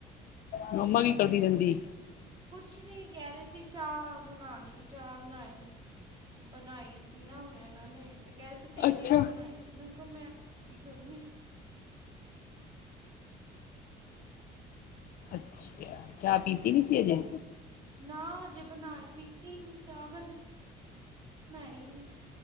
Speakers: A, on the left; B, on the right.
A: ਮੰਮਾ ਕੀ ਕਰਦੀ ਰਹਿੰਦੀ।
B: ਕੁਛ ਨੀ ਕਹਿ ਰਹੇ ਸੀ, ਚਾਹ ਬਣਾਣੀ ਚਾਹ ਬਣਾਏ। ਬਣਾਈ ਸੀ ਨਾ, ਹੁਨ ਉਹਨਾਂ ਨੇ ਤੇ ਕਹਿ ਰਹੇ ਸੀ ਤੇਰੀ
A: ਅੱਛਾ
B: ਵੀ ਬਣਾਈ ਦੀ ਮੈਂ ਕਿ ਮੈਂ ਗਰਮੀ 'ਚ
A: ਅੱਛਾ, ਚਾਹ ਪੀਤੀ ਨੀ ਸੀ ਅਜੇ।
B: ਨਾ ਹਜੇ ਬਣਾਏ, ਪੀਤੀ ਨੀ ਚਾਹ ਗਰਮੀ ਬਣਾਈ ਨੀ।